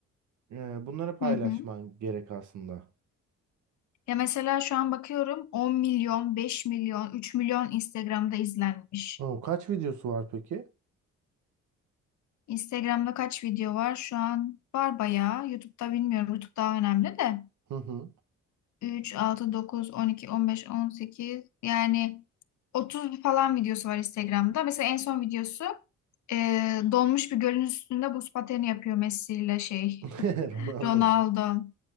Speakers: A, on the right (about 75°); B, on the left (about 70°).
A: e, bunları paylaşman
B: Hı hı.
A: gerek aslında.
B: Ya mesela şu an bakıyorum 10 milyon, 5 milyon, 3 milyon Instagram'da izlenmiş.
A: o kaç videosu var peki?
B: Instagram'da kaç video var? Şu an var bayağı. YouTube'da bilmiyorum. YouTube daha önemli de.
A: Hı hı.
B: 3, 6, 9, 12, 15, 18 yani 30 falan videosu var Instagram'da. Mesela en son videosu e, donmuş bir gölün üstünde buz pateni yapıyor Messi ile şey
A: <laughs> Ronaldo
B: <laughs> Ronaldo.
A: mu?